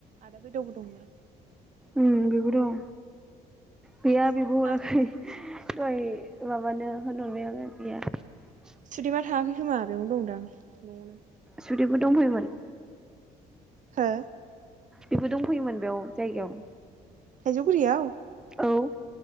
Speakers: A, on the right; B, in the centre.
A: आदा बेरदावबो दंना
B: उम बेबो दं गैया
A: सुदेम
B: बिबो
A: था
B: हराखै दहाय माबानो होनहरबाय आं <unintelligible>
A: सुदिमा थाङाखै खोमा बेयावनो दंदां न'आवनो
B: सुदेमबो दंफैयोमोन
A: हो
B: बेबो दंफैयोमोन बेयाव जायगायाव
A: थाइजौगुरियाव
B: औ